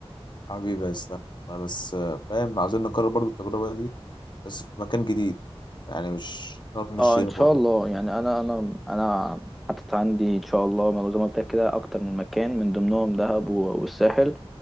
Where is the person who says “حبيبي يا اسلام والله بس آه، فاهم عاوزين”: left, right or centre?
Left